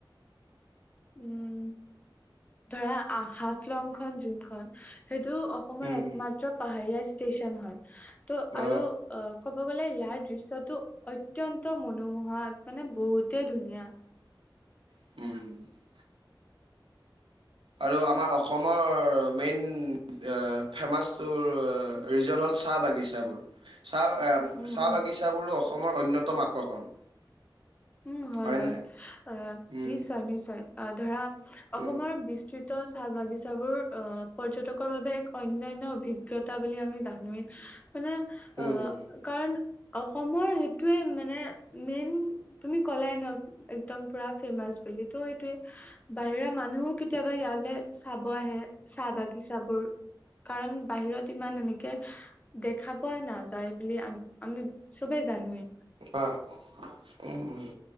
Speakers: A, on the left; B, on the right.
A: উম, ধৰা আহ, হাফলং খন যোনখন সেইটো অ অসমৰ
B: উম,
A: একমাত্ৰ পাহাৰীয়া ষ্টেচন হয় ত'
B: অ,
A: আৰু অ ক'ব গ'লে ইয়াৰ দৃশ্যটো অত্যন্ত মনোমোহা মানে বহুতে ধুনীয়া।
B: উম, ত' আমাৰ অসমৰ মেইন অ 'ফেমাচ তোৰ ৰিজন হ'ল চাহ বাগিচাবোৰ। চাহ
A: উম
B: চাহ
A: উম
B: বাগিচাবোৰো অসমৰ অন্যতম আকৰ্ষণ।
A: উম হয়-হয়,
B: হয় নাই?
A: আ
B: উম,
A: নিশ্চয়-নিশ্চয় আহ, ধৰা
B: উম,
A: অসমৰ বিচ খ্ৰৃত চাহ বাগিচাবোৰ আহ পৰ্যটকৰ বাবে এক অন্যন্য অভিজ্ঞতা বুলি আমি জানোৱেই মানে
B: উম,
A: অ,
B: উম,
A: কাৰণ অসমৰ সেইটোৱে মানে মেইন তুমি ক'লাই ন' একদম পুৰা ফেমাচ বুলি, ত' সেইটোৱে, বাহিৰা মানুহো কে কেতিয়াবা ইয়ালে, চাব আহে চাহ বাগিচাবোৰ কাৰণ, বাহিৰত ইমান এনেকে দেখা পোৱা নাযায় বুলি আম, আমি চবে জানোৱেই।
B: আহ, উম,